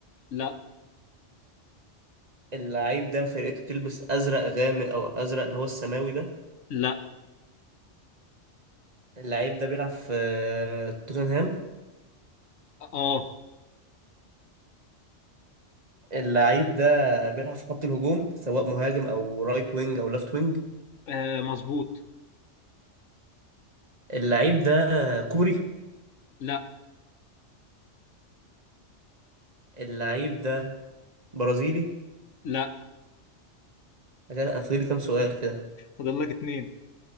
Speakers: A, on the left; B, on the right.
A: لا
B: اللعيب ده فرقته بتلبس ازرق غامق او ازرق اللي هو السماوي ده
A: لا
B: اللعيب ده بيلعب في آه، توتنهام
A: اه
B: اللعيب ده بيلعب في خط الهجوم سواء مهاجم او رايت وينج او ليفت وينج
A: آه، مظبوط
B: اللعيب ده كوري
A: لا
B: اللعيب ده برازيلي
A: لا
B: انا فاضل لي كام سؤال كده
A: فاضل لك اتنين